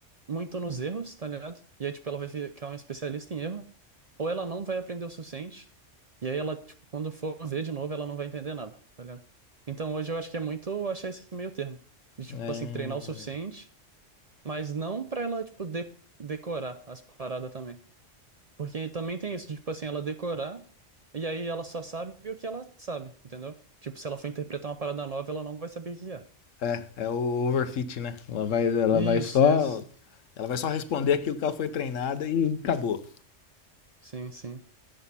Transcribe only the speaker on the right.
muito nos erros, tá ligado? E aí, tipo, ela vai ver que ela é uma especialista em erro, ou ela não vai aprender o suficiente, e aí ela, tipo, quando for ver de novo, ela não vai entender nada, tá ligado? Então hoje eu acho que é muito achar esse meio termo, de, tipo,
assim, treinar o suficiente, mas não pra ela, tipo, de decorar as paradas também. Porque também tem isso, de, tipo, assim, ela decorar, e aí ela só sabe o que ela sabe, entendeu? Tipo, se ela for interpretar uma parada nova, ela não vai saber o que é.
Isso,
isso.
Sim, sim.